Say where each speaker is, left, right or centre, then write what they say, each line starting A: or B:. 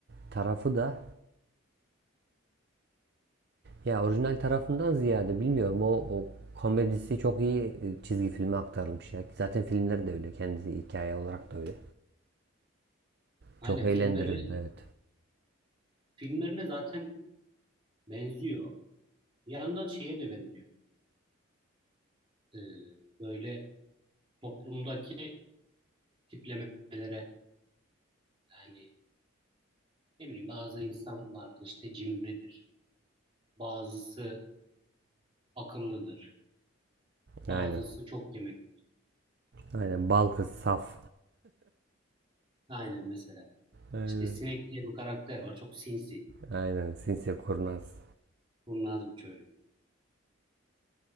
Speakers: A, on the right; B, on the right.
A: tarafı da ya orijinal tarafından ziyade bilmiyorum o, o komedisi çok iyi e, çizgi filme aktarılmış ya. Zaten filmleri de öyle. Kendisi hikaye olarak da öyle.
B: Aynen
A: Çok eğlendiriyordu
B: filmleri
A: evet.
B: filmlerine zaten benziyor. Bir yandan şeye de benziyor. E, böyle toplumdaki tiplemelere yani ne bileyim bazı insan vardır işte cimridir. Bazısı akıllıdır. Bazısı
A: Aynen.
B: çok yemek.
A: Aynen. Bal kız saf.
B: Aynen mesela.
A: Aynen.
B: İşte Sinek diye bir karakter var. Çok sinsi.
A: Aynen. Sinsi kurnaz.
B: Kurnaz bir çocuk.